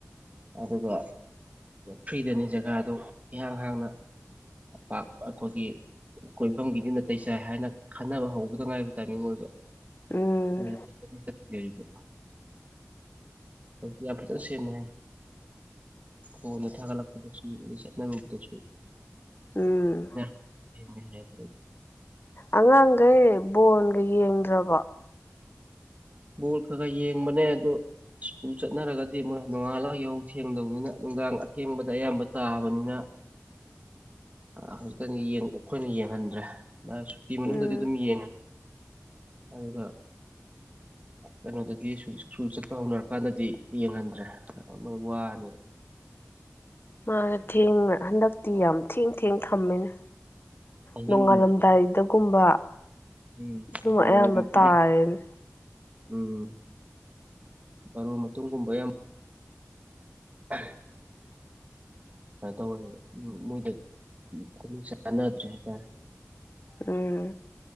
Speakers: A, on the right; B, on the left.
A: ꯑꯗꯨꯒ ꯐ꯭ꯔꯤꯗꯅꯤ ꯖꯒꯥꯗꯨ ꯏꯍꯥꯡ ꯍꯥꯡꯅꯄꯥꯛ ꯑꯩꯈꯣꯏꯒꯤ ꯀꯣꯏꯐꯝꯒꯤꯗꯤ ꯅꯥꯇꯩ ꯆꯥꯏ ꯍꯥꯏꯅ ꯈꯟꯅꯕ ꯍꯧꯕꯗ ꯉꯥꯏꯕ ꯇꯥꯏꯃꯤꯡ ꯑꯣꯏꯕ
B: ꯎꯝ
A: <unintelligible> ꯌꯥ ꯐꯔꯣꯁ ꯁꯦꯝꯃꯦ ꯍꯅ ꯊꯒ ꯂꯄꯗꯁꯨ ꯆꯅꯕꯗꯁꯨ
B: ꯎꯝ
A: ꯍꯥꯏ
B: ꯑꯉꯥꯡꯈꯩ ꯕꯣꯟꯒ ꯌꯦꯡꯗ꯭ꯔꯕ
A: ꯕꯣꯜ ꯈꯔ ꯈꯔ ꯌꯦꯡꯕꯅꯦ ꯑꯗꯣ ꯁꯀꯨꯜ ꯆꯠꯅꯔꯒꯗꯤ ꯃꯣꯏ ꯅꯣꯡꯉꯥꯜꯂꯒ ꯏꯍꯧ ꯊꯦꯡꯗꯕꯅꯤꯅ ꯅꯨꯡꯗꯥꯡ ꯑꯊꯦꯡꯕꯗ ꯑꯌꯥꯝꯕ ꯇꯥꯕꯅꯤꯅ ꯍꯧꯖꯤꯛꯇꯪ ꯑꯩꯈꯣꯏꯅ ꯌꯦꯡꯍꯟꯗ꯭ꯔꯦ ꯃꯥ ꯁꯨꯇꯤ ꯃꯅꯨꯡꯗꯗꯤ
B: ꯎꯝ
A: ꯑꯗꯨꯝ ꯌꯦꯡꯉꯦ ꯑꯗꯨꯒ ꯀꯩꯅꯣꯗꯒꯤ ꯁ꯭ꯀꯨꯜ ꯆꯠꯄ ꯍꯧꯅꯔꯀꯥꯟꯗꯗꯤ ꯌꯦꯡꯍꯟꯗ꯭ꯔꯦ ꯋꯥꯅꯤ
B: ꯃꯥꯅ ꯊꯦꯡꯅ ꯍꯟꯗꯛꯇꯤ ꯌꯥꯝ ꯊꯦꯡ ꯊꯦꯡ ꯊꯝꯃꯦꯅꯦ
A: ꯑꯍꯤꯡ
B: ꯅꯣꯡꯉꯥꯜꯂꯝꯗꯥꯏꯗꯒꯨꯝꯕ
A: ꯎꯝ
B: ꯑꯗꯨꯝ
A: ꯕꯥꯔꯣ
B: ꯑꯌꯥꯝꯕ
A: ꯃꯇꯨꯡ
B: ꯇꯥꯏꯅꯦ
A: ꯎꯝ ꯕꯥꯔꯣ ꯃꯇꯨꯡꯒꯨꯝꯕ ꯌꯥꯝ ꯍ ꯇꯧꯔ ꯃꯣꯏꯗ ꯈꯨ ꯆꯥꯟꯅꯗ꯭ꯔꯦ ꯍꯥꯏꯇꯥꯔꯦ
B: ꯎꯝ